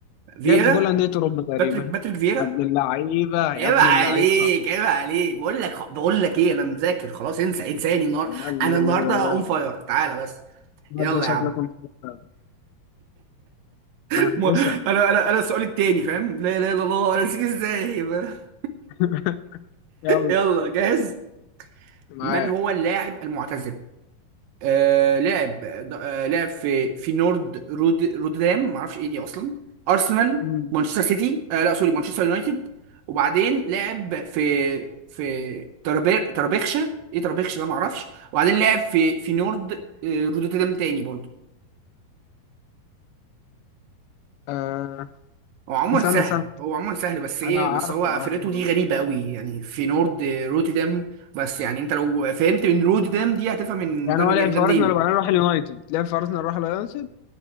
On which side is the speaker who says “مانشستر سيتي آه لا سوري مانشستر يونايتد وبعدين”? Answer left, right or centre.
Right